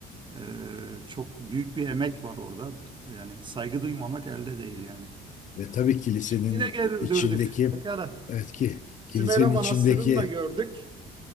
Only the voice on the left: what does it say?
Ve tabii kilisenin
içindeki
evet ki
kilisenin
içindeki